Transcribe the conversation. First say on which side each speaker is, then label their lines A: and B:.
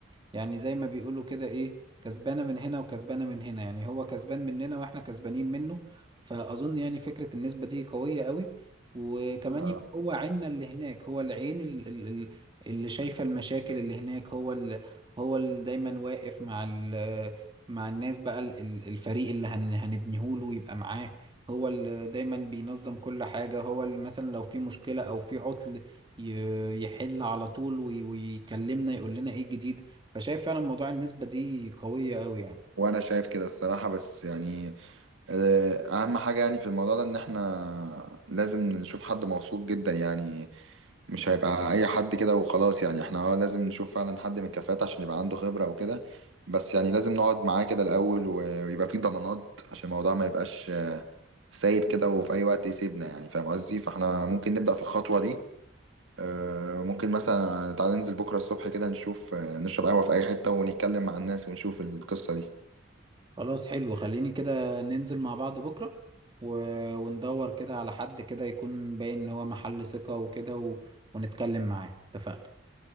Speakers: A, on the right; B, on the right.
A: يعني زي ما بيقولوا كده ايه كسبانه من هنا وكسبانه من هنا يعني هو كسبان مننا واحنا كسبانين منه فاظن يعني فكره النسبه دي قويه قوي وكمان
B: يعني
A: يبقى هو عيننا اللي هناك هو العين ال- ال- ال- اللي شايفه المشاكل اللي هناك هو هو اللي دايما واقف مع ال مع الناس بقى ال- ال- الفريق اللي هن هنبنيه له يبقى معاه هو اللي دايما بينظم كل حاجة هو اللي مثلا لو في مشكلة أو في عطل ي- يحل على طول وي- ويكلمنا يقول لنا ايه الجديد فشايف فعلا موضوع النسبة دي قوية قوي يعني
B: وانا شايف كده الصراحة بس يعني آه، اهم حاجة يعني في الموضوع ده ان احنا لازم نشوف حد موثوق جدا يعني مش هيبقى اي حد كده وخلاص يعني احنا اه لازم نشوف فعلا حد من الكفاءات عشان يبقى عنده خبرة وكده بس يعني لازم نقعد معاه كده الاول و- ويبقى فيه ضمانات عشان الموضوع ما يبقاش سايب كده وفي اي وقت يسيبنا يعني فاهم قصدي فاحنا ممكن نبدأ في الخطوة دي آه، ممكن مثلا تعالى ننزل بكرة الصبح كده نشوف آه، نشرب قهوة في اي حتة ونتكلم مع الناس ونشوف القصة دي
A: خلاص حلو خليني كده ننزل مع بعض بكرة و... وندور كده على حد كده يكون باين ان هو محل ثقة وكده و... ونتكلم معاه اتفقنا